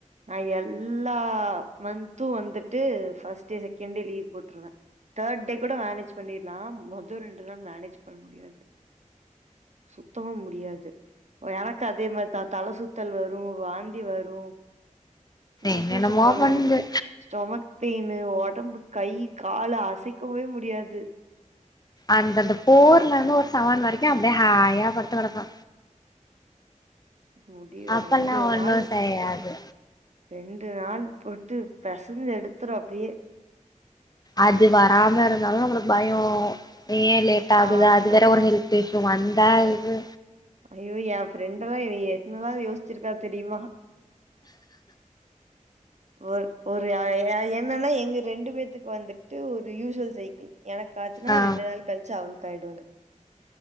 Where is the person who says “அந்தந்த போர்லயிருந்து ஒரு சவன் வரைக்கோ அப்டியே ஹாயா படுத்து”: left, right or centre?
Left